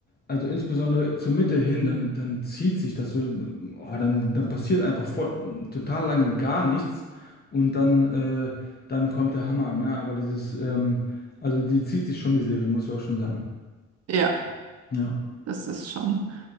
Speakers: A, on the left (about 30°); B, on the right (about 55°).
A: also insbesondere zur Mitte hin, dann, dann zieht sich das so, oh, dann, dann passiert einfach vor, total lange gar nichts und dann, äh, dann kommt der Hammer, ne? Aber dieses, ähm, also die zieht sich schon, die Serie, muss ich auch schon sagen.
B: Ja,
A: Ja.
B: das ist schon.